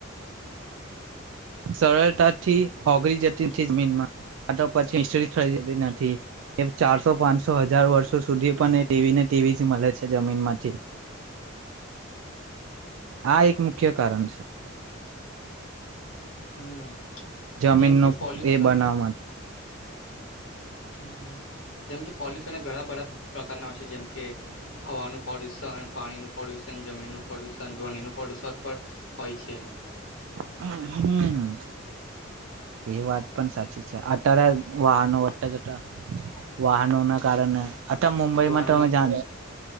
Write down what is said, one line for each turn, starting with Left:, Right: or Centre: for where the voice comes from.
Right: સરળતાથી ઓગરી જતી નથી જમીનમાં પછી થ જતી નથી એ ચારસો પાંચસો હજાર વર્ષ સુધી પણ એ ટીવી ને ટીવી જ મળે છે જમીન માંથી હા એક મુખ્ય કારણ છે
Left: હમ
Right: જમીન
Left: જેમ
Right: નું
Left: કે પોલ્યુશન
Right: એ બનાવ
Left: હમ જેમ કે પોલ્યુશન ઘણા બધા પ્રકારના હોય છે જેમ કે હવાનું પ્રદુષણ પાણી નું પ્રદ્યુષણ જમીનનુંું પ્રદુષણ ધ્વનિ નું પ્રદુષણ પણ હોય છે
Right: હમ એ વાત પણ સાચી છે અટાર વાહનો વટ જટા વાહનો ના કારણે અ મુંબઈમાં
Left: વાહનોના
Right: તો અમે જાને